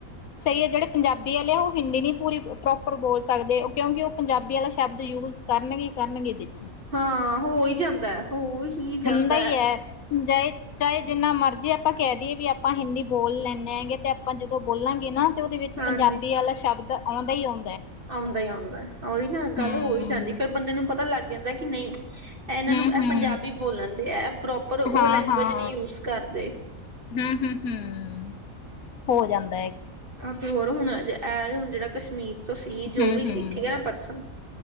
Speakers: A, on the left; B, on the right.
A: ਸਹੀ ਹੈ, ਜਿਹੜੇ ਪੰਜਾਬੀ ਵਾਲੇ ਉਹ ਹਿੰਦੀ ਨਹੀਂ ਪੂਰੀ ਪ੍ਰੌਪਰ ਬੋਲ ਸਕਦੇ, ਕਿਉਂਕਿ ਉਹ ਪੰਜਾਬੀ ਵਾਲਾ ਸ਼ਬਦ ਯੂਜ ਕਰਨਗੇ, ਕਰਨਗੇ ਵਿੱਚ।
B: ਹਾਂ, ਹੋਈ ਜਾਂਦਾ। ਹੋ ਹੀ ਜਾਂਦਾ
A: ਹੁੰਦਾ ਹੀ ਹੈ, ਚੇ ਚਾਹੇ ਜਿੰਨਾ ਮਰਜ਼ੀ ਆਪਾਂ ਕਹਿ ਦਈਏ ਵੀ ਆਪਾਂ ਹਿੰਦੀ ਬੋਲ ਲੈਂਨੋ ਹੈਗੇ ਆ, ਤੇ ਆਪਾਂ ਜਦੋਂ ਬੋਲਾਂਗੇ ਨਾ ਤੇ, ਉਹਦੇ ਵਿੱਚ
B: ਹਾਂਜੀ
A: ਪੰਜਾਬੀ ਵਾਲਾ ਸ਼ਬਦ ਆਉਂਦਾ ਹੀ ਆਂੳਂ
B: ਆਉਂਦਾ ਹੀ, ਆਉਂਦਾ ੳਹੀ ਨਾ ਗੱਲ
A: ਹੂੰ
B: ਹੋ ਹੀ ਜਾਂਦੀ, ਫੇਰ ਬੰਦੇ ਨੂੰ ਪਤਾ ਲੱਗ ਜਾਂਦਾ ਕਿ, ਨਹੀਂ ਇਹਨਾਂ
A: ਹੂੰ
B: ਨੂੰ
A: ਹੂੰ
B: ਇਹ ਪੰਜਾਬੀ ਬੋਲਣ ਦੇ ਆ, ਪ੍ਰੌਪਰ ਉਹ
A: ਹਾਂ
B: ਲੈਂਗੁਏਜ
A: ਹਾਂ
B: ਨਹੀਂ ਯੂਜ ਕਰਦੇ।
A: ਹੂੰ ਹੂੰ ਹੂੰ ਹੋ ਜਾਂਦ
B: ਆਹ ਤੇ, ਹੋਰ ਹੁਣ ਐ, ਹੁਣ ਜਿਹੜਾ ਕਸ਼ਮੀਰ ਸੀ, ਜੋ
A: ਹੂੰ
B: ਵੀ
A: ਹੂੰ
B: ਸੀ ਠੀਕ ਹੈ ਨਾ, ਪਰਸਨ